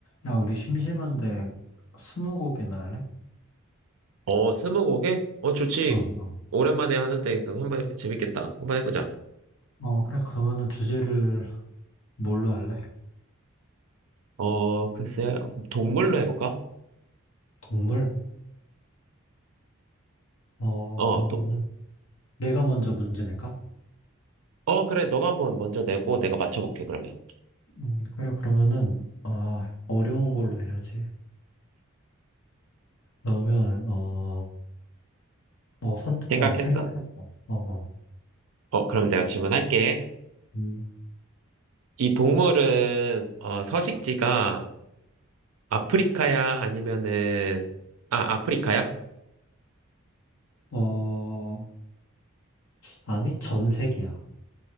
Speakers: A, on the left; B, on the right.
A: 야, 우리 심심한데 스무고개나 할래?
B: 어, 스무고개? 어, 좋지.
A: 어, 어.
B: 오랜만에 하는데 또 한번 해- 재밌겠다. 한번 해보자.
A: 어, 그래. 그러면은 주제를 뭘로 할래?
B: 어, 글쎄, 동물로 해볼까?
A: 동물? 어,
B: 어,
A: 그러면은
B: 도,
A: 내가 먼저 문제 낼까?
B: 어, 그래. 너가 한번 먼저 내고 내가 맞춰볼게, 그러면.
A: 음, 그래. 그러면은 아, 어려운 걸로 해야지. 그러면 어, 어, 선,
B: 생각했어?
A: 어, 생각했어. 어, 어.
B: 어, 그럼 내가 질문할게.
A: 음,
B: 이 동물은, 어, 서식지가 아프리카야? 아니면은, 아, 아프리카야?
A: 어, 아니, 전 세계야.